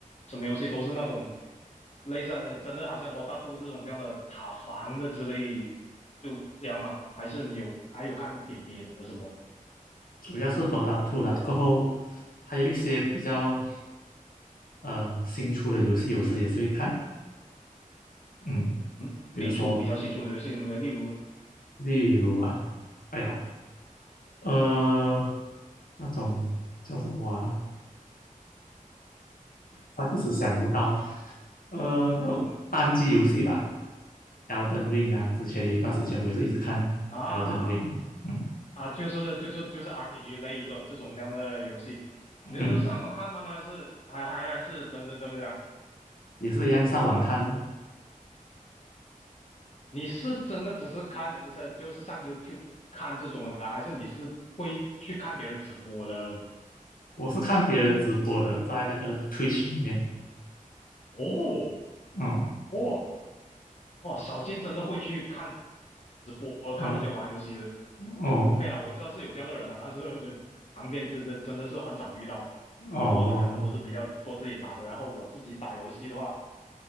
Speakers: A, on the left; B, on the left.
A: 什么游戏都是那种类似的，真的好像多大都这种这样的塔防的之类，就这样吧？还是你有还有看点别的什么？
B: 主要是 Dota 二啦，过后还有一些比较呃新出的游戏，有时也是会看，嗯，
A: 嗯，新出比较新出的游戏，
B: 比如说
A: 你们例如
B: 例如啊，哎呀，呃，那种叫什么啊，他一时想不到，呃，那种单机游戏吧，Elden Ring 啊，之前有一段时间我也是一直看
A: 啊啊啊
B: Elden Ring，嗯
A: 啊，就是就是就是 RPG 类的这种这样的游戏，
B: 嗯，
A: 你这都是上网看吗？还是还还还是真真真的这样？
B: 也是一样上网看哦，
A: 你是真的只是看，呃，就是上 YouTube 看这种的，还是你是会去看别人直播的那种？
B: 我是看别人直播的，在那个 Twitch 里面。
A: 哦
B: 哦，
A: 哦哦，少见真的会去看直播，
B: 呃，
A: 看人家玩游戏的。
B: 哦，
A: OK 了，我知道是有这样的人了，但是呃旁边这这真的是很少遇到，
B: 哦，
A: 多的可能都是比较多自己打的。然后我自己打游戏的话，